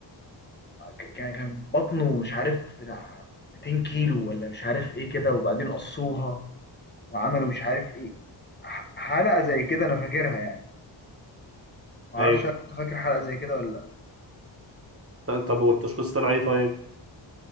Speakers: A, on the left; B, on the right.
A: ك- كان كان بطنه مش عارف بتاع 200 كيلو ولا مش عارف ايه كده وبعدين قصوها وعملوا مش عارف ايه ح- حلقة زي كده انا فاكرها يعني ما اعرفش
B: ايوه
A: هل انت فاكر حلقة زي كده ولا لا
B: ط- طب والتشخيص طلع ايه طيب